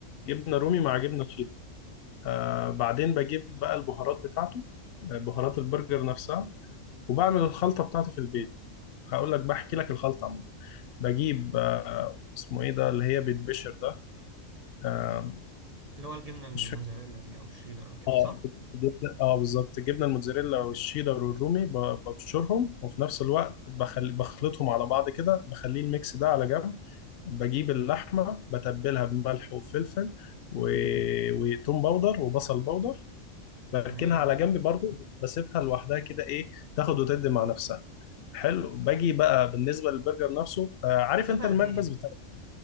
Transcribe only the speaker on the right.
اللي هو الجبنه الموزاريلا
دي او الشيدر او كده
صح
تمام
بتسيبها
قد ايه